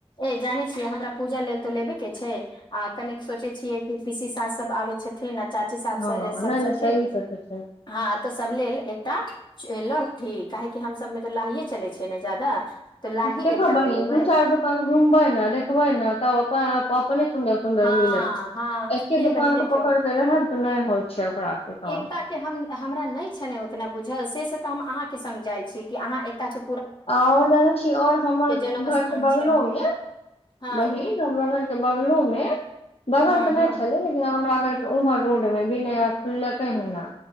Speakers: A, on the left (about 45°); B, on the left (about 65°).
A: ए जानै छियै हमरा पूजा लेल तऽ लेबे के छै आ कनिक सोचै छियै, कि पीसी सास सभ आबै छथ। ने चाची सबसँ
B: हँ
A: सबसँ
B: नहि नहि सही
A: छै
B: सोचै छै
A: हँ, तो सभ लेल एकटा लहठी काहेकि हम। सभमे तऽ लाहैए चलै छै, ने ज्यादा तऽ लाही
B: देख
A: एकटा ले
B: बहिन
A: लेबै
B: तू चार दुकान घुमबै न देखबै ने तऽ अपने सुन। सुन्दर
A: हँ
B: मिलत
A: हँ
B: एके
A: ए
B: दुकानके
A: बहिन देखियौ
B: पकड़के रहब तऽ नइ होइ छै, ओकरा काम
A: एकतेसे हम हमरा नहि छल ओतना बुझल से तऽ हम अहाँकेँ सङ्ग जाइत छै कि अहाँ एतय छै।
B: और जान छीए और हमर
A: जन्म
B: घरके
A: स्थान
B: बगलोमे।
A: छै हँ
B: बहिन हमरा घरके बगलोमे बगल
A: हँ
B: तऽ
A: हँ
B: नहि छलै लेकिन। हमरा घर के उम्हर रोड मे बी नया खुललकैह ना